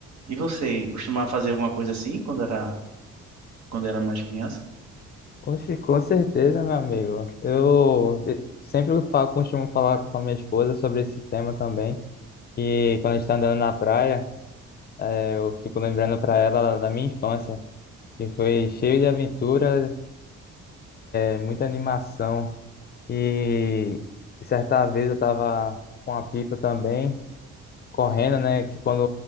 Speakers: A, on the right (about 65°); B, on the left (about 35°).
A: E você costumava fazer alguma coisa assim quando era quando era mais criança.
B: Oxe, com certeza, meu amigo. Eu eu sempre falo, costumo falar com a minha esposa sobre esse tema também. E quando a gente está andando na praia, eh, eu fico lembrando para ela da minha infância, que foi cheio de aventura, eh, muita animação. E certa vez eu tava com a pipa também, correndo, né? Que quando